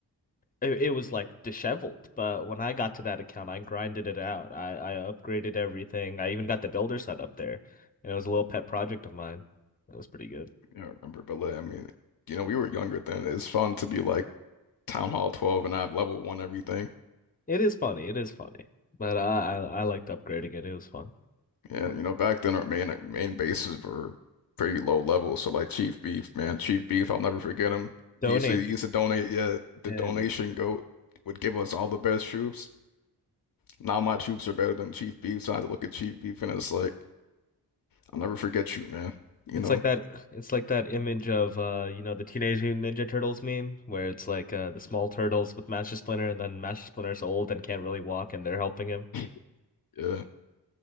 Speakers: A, on the left; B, on the left.
A: it, it was like disheveled. But when I got to that account I grinded it out. I I upgraded everything. I even got the builder set up there and it was a little pet project of mine. That was pretty good.
B: yeah, I remember. But like, I mean, you know, we were younger then. It's fun to be like Town Hall 12 and have level one everything.
A: It is funny. It is funny. But I I, I liked upgrading it. It was fun.
B: Yeah,
A: I like
B: you know, back then our main main bases were pretty low level. So like Chief Beef, man, Chief Beef, I'll never forget him.
A: donate.
B: He used to he used to donate. Yeah, the
A: And
B: donation goat would give us all the best troops. now my troops are better than Chief Beef. So I had to look at Chief Beef and it's like, I'll never forget you, man. You
A: it's
B: know?
A: like that it's like that image of uh you know the Teenage Mutant Ninja Turtles meme where it's like uh the small turtles with Master Splinter and then Master Splinter's old and can't really walk and they're helping him.
B: <laughs> Yeah.